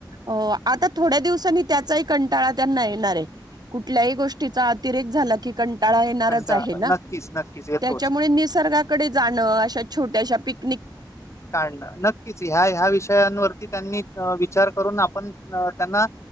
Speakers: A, on the right; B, on the left.
A: अ आता थोड्या दिवसांनी त्याचाही कंटाळा त्यांना येणार आहे. कुठल्याही गोष्टीचा अतिरेक झाला कीं ा येणारच
B: कंटा
A: आहे ना
B: नक्कीच नक्कीच येतोच
A: त्याच्यामुळे निसर्गाकडे जाणं अशा छोट्याशा पिक
B: काढणं नक्कीच हाय हा विषय. विषयावरती त्यांनी विचार करून आपण त्यांना